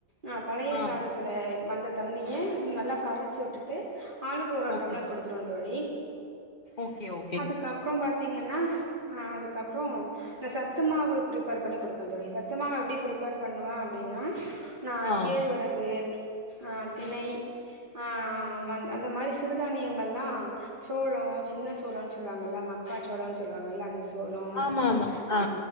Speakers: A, on the right; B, on the left.
A: அ பழைய
B: ஆ
A: சாதத்துல வந்த தண்ணிய நல்லா கரைச்சு விட்டுட்டு ஆளுக்கு ஒரு ஒரு
B: ஓகே
A: டம்ளர் குடுத்துருவ தோழி
B: ஓகே ஓ
A: அதுக்கப்பற பாத்தீங்கன்னா அ அதுக்கப்றோ சத்து மாவு பிரிப்பேர் பண்ணி குடுப்பே தோழி சத்து மாவு எப்டி பிரிப்பர் பண்ணுவே அப்டின்னா நா
B: ஆ
A: கேழ்வரகு ஆ திணை ஆ அந்த மாதிரி சிறுதானியங்கள்லா சோளோ சின்ன சோளன் சொல்லுவாங்கல்ல மக்கா சோள சொல்வாங்கல்ல அந்த சோளம்
B: ஆமா ஆமா ஆ
A: அ